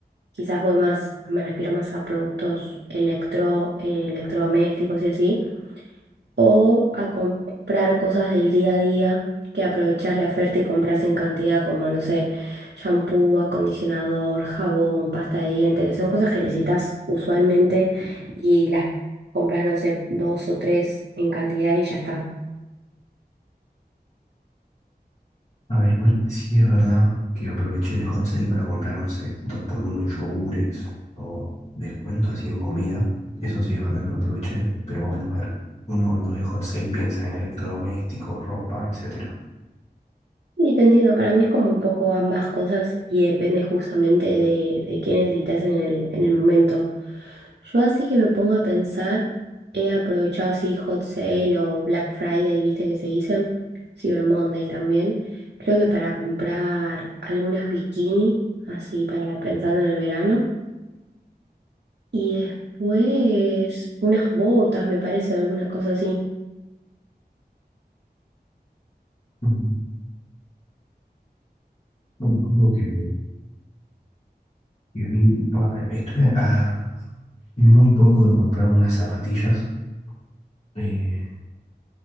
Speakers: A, on the right; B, on the left.
A: Quizás voy más, me refiero más a productos electro, eh, electrodomésticos y así o a comprar cosas del día a día que aprovechás la oferta y compras en cantidad, como, no sé, shampoo, acondicionador, jabón, pasta de diente, que son cosas que necesitas usualmente y las compras, no sé, dos o tres en cantidad y ya está.
B: A ver, igual sí es verdad que aproveché el hot sale para comprar, no sé, dos por uno en yogures o descuento así en comida. Eso sí es verdad que lo aproveché, pero bueno, a ver, uno cuando ve hot sale piensa en electrodomésticos, ropa, etcétera.
A: Y te entiendo, para mí es como un poco ambas cosas y depende justamente de, de qué necesitas en el, en el momento. Yo así que me pongo a pensar, he aprovechado así Hot Sale o Black Friday, viste que se dicen, Cyber Monday también, creo que para comprar algunas bikinis, así para pensando en el verano, y después unas botas, me parece, alguna cosa así.
B: Ujú. Bueno, algo que, que vi, ah, estuve a, muy poco de comprarme unas zapatillas, eh,